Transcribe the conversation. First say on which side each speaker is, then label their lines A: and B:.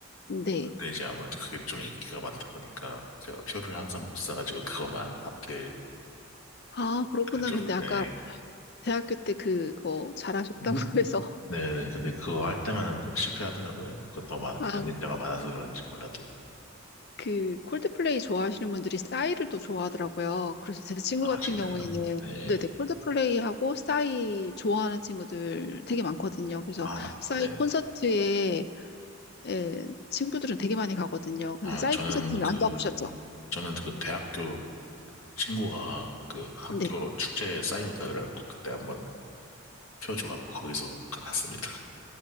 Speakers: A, on the left (about 50°); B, on the left (about 75°).
A: 네.
B: 근데 이제 아무래도 그게 좀 인기가 많다 보니까 제가 표를 항상 못 사가지고 그거만 하필
A: 아, 그렇구나.
B: 그죠.
A: 근데 아까
B: 네.
A: 대학교 때 그거 잘하셨다고
B: 음.
A: <laughs> 해서
B: 네네. 근데 그거 할 때만은 꼭 실패하더라고요. 그더
A: 아,
B: 경쟁자가 많아서 그런지 몰라도.
A: 그 콜드플레이 좋아하시는 분들이 싸이를 또 좋아하더라고요. 그래서 제 친구
B: 아,
A: 같은
B: 진짜요?
A: 경우에는
B: 네.
A: 네네 콜드플레이하고 싸이 좋아하는 친구들 되게 많거든요.
B: 음.
A: 그래서
B: 아, 맞,
A: 싸이
B: 네네.
A: 콘서트에 예, 친구들은 되게 많이 가거든요. 근데
B: 아,
A: 싸이
B: 저는
A: 콘서트는
B: 그,
A: 안 가보셨죠?
B: 저는 그 대학교 친구가 그 학교
A: 네.
B: 축제에 싸이온다 그래갖고 그때 한번 표 줘갖고 거기서 가봤습니다. <laughs>